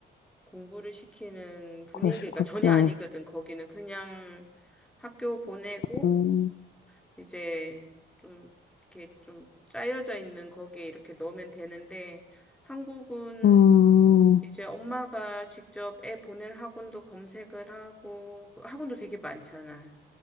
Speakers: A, in the centre; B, on the left.
A: 공부를 시키는 분위기가
B: 그러시, 그렇구나.
A: 전혀 아니거든. 거기는 그냥 학교 보내고
B: 음,
A: 이제 좀 이렇게 좀 짜여져 있는 거기에 이렇게 넣으면 되는데 한국은
B: 음,
A: 이제 엄마가 직접 애 보낼 학원도 검색을 하고 그 학원도 되게 많잖아.